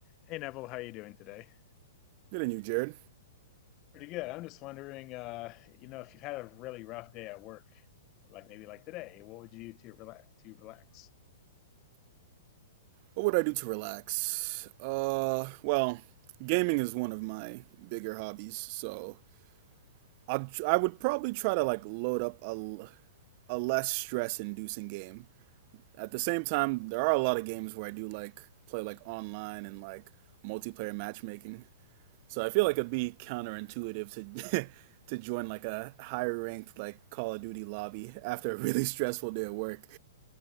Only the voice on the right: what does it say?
Good on you, Jared.
What would I do to relax? Uh, well, gaming is one of my bigger hobbies, so I would I would probably try to like load up a a less stress-inducing game. At the same time, there are a lot of games where I do like play like online and like multiplayer matchmaking. So I feel like it'd be counterintuitive to <laughs> to join like a higher ranked like Call of Duty lobby <laughs> after a really stressful day at work.